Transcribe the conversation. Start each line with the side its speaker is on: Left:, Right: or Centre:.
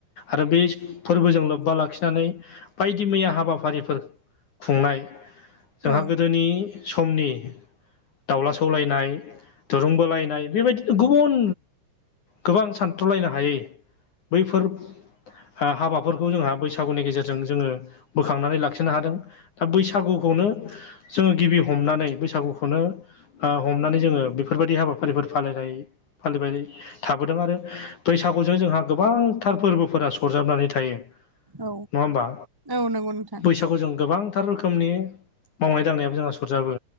Left: आरो बे फोरबोजों लोब्बा लाखिनानै बायदि मैया हाबाफा हाबाफारिफोर खुंनाय जोंहा
Centre: औ
Left: गोदोनि समनि दावला सौलायनाय दुरुं बोलायनाय बेबायदिनो गुबुन गोबां सानथ्र'लायनो हायै बैफोर हा हाबाफोरखौ जोंहा बैसागुनि गेजेरजों जोङो बोख खांनानै लाखिनो हादों दा बैसागुखौनो जोङो गिबि हमनानै बैसागुखौनो आ हमनानै जोङो बेफोरबायदि हाबाफारिफोर फालिनो हायो फालिबाय थाबोदों आरो बैसागुजों जोंहा गोबांथार फोर्बोफोरा सरजाबनानै थायो।
Centre: औ
Left: नङा होमबा
Centre: औ नंगौ नोंथां
Left: बैसागु जों गोबांथार रोखोमनि मावनाय दांनायाबो जोंहा सरजाबो